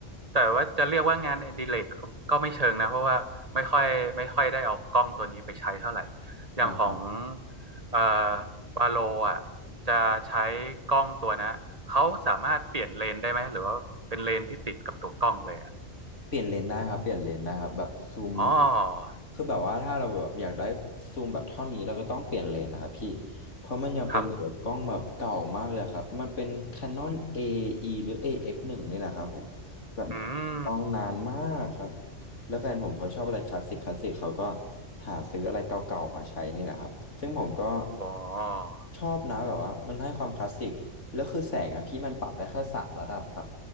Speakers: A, on the right; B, on the left.
A: แต่ว่าจะเรียกว่างานอดิเรกก็ก็ไม่เชิงนะเพราะว่าไม่ค่อยไม่ค่อยได้เอากล้องตัวนี้ไปใช้เท่าไหร่อย่างของ
B: ่
A: เอ่อวาโลอ่ะจะใช้กล้องตัวนะเขาสามารถเปลี่ยนเลนส์ได้ไหมหรือว่าเป็นเลนส์ที่ติดกับตัวกล้องเลยอ่ะ
B: เปลี่ยนเลนได้ครับเปลี่ยนเลนได้ครับแบบซูม
A: อ๋อ
B: คือแบบว่าถ้าเราแบบอยากได้ซูมแบบเท่านี้เราก็ต้องเปลี่ยนเลนนะครับพี่เพราะมันยังเป็นแบบว่ากล้องแบบเก่ามากเลยครับมันเป็น
A: ครับ
B: Canon AE หรือ AX1 นงนี่แหละครับผมแบบ
A: อืม
B: กล้องนานมากครับแล้วแฟนผมเขาชอบอะไรคลาสสิกคลาสสิกเขาก็หาซื้ออะไรเก่าๆมาใช้นี่แหละครับซึ่งผมก็
A: อ๋อ
B: ชอบนะแบบว่ามันให้ความคลาสสิกแล้วคือแสงอ่ะพี่มันปรับได้แค่สามระดับครับ